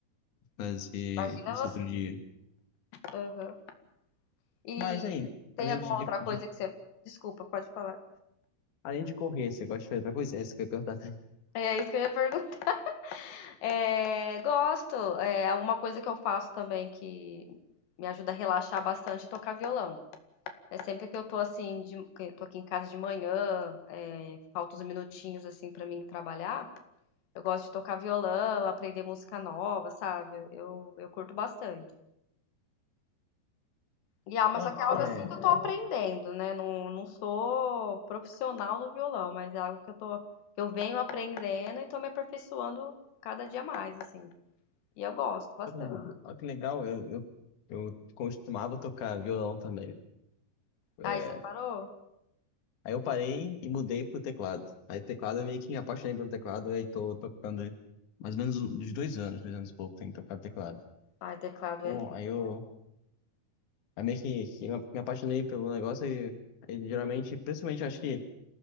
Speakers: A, on the left; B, on the left.
A: fazer
B: Imagina
A: isso
B: você.
A: outro dia.
B: Aham. E
A: Mas aí,
B: tem
A: além
B: alguma
A: de,
B: outra
A: de-
B: coisa que você. Desculpa, pode falar.
A: além de correr, você gosta de fazer outra coisa? É que eu ia perguntar.
B: É isso que eu ia perguntar. É, gosto. É uma coisa que eu faço também que me ajuda a relaxar bastante, é tocar violão. É sempre que eu tô assim, de, que eu tô aqui em casa de manhã, é, falta uns minutinhos assim pra mim trabalhar, eu gosto de tocar violão, aprender música nova, sabe? Eu, eu curto bastante.
A: <laughs>
B: E ah, mas
A: Ó,
B: só que
A: que-
B: é algo
A: é,
B: assim que eu tô aprendendo, né? Não, não sou profissional no violão, mas é algo que eu tô, que eu venho aprendendo e tô me aperfeiçoando cada dia mais, assim. E eu gosto bastante.
A: ó, que ó que legal, eu, eu, eu costumava tocar violão também.
B: Ai,
A: É,
B: você parou?
A: aí eu parei e mudei pro teclado. Aí teclado eu meio que me apaixonei pelo teclado, aí tô tocando mais ou menos um, uns dois anos, dois anos e pouco, tenho tocado teclado.
B: Ai, teclado
A: Bom,
B: é lindo.
A: aí eu aí meio que, que me apaixonei pelo negócio e, e geralmente, principalmente acho que